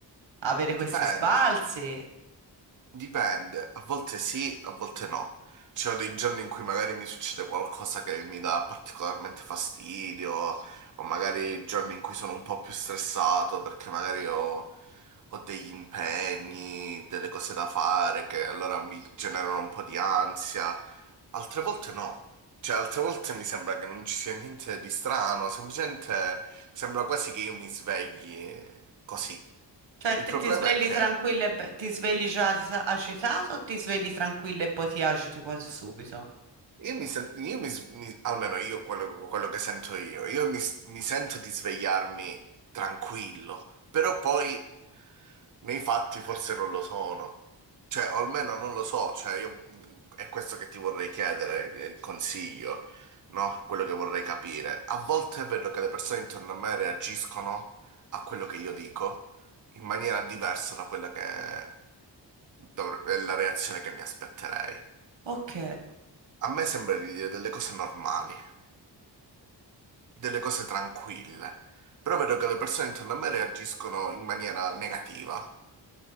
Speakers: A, on the right; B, on the right.
A: avere
B: dipende.
A: questi sbalzi.
B: Dipende, a volte sì, a volte no. Ci sono dei giorni in cui magari mi succede qualcosa che mi dà particolarmente fastidio, o magari giorni in cui sono un po' più stressato perché magari ho, ho degli impegni, delle cose da fare che allora mi generano un po' di ansia. Altre volte no. Cioè, altre volte mi sembra che non ci sia niente di strano, semplicemente sembra quasi che io mi svegli così.
A: Cioè,
B: Il
A: te
B: problema
A: ti svegli
B: è che
A: tranquillo e be- ti svegli già agita- agitato o ti svegli tranquillo e poi ti agiti quasi subito?
B: Io mi, sen- io mi s- mi- almeno io quello, quello che sento io, io mi, s- mi sento di svegliarmi tranquillo, però poi nei fatti forse non lo sono, cioè o almeno non lo so, cioè io, mh, è questo che ti vorrei chiedere, eh, il consiglio, no? Quello che vorrei capire. A volte vedo che le persone intorno a me reagiscono a quello che io dico in maniera diversa da quella che dovre- è la reazione che mi aspetterei.
A: Ok,
B: A me sembra di dire delle cose normali, delle cose tranquille, però vedo che le persone intorno a me reagiscono in maniera negativa.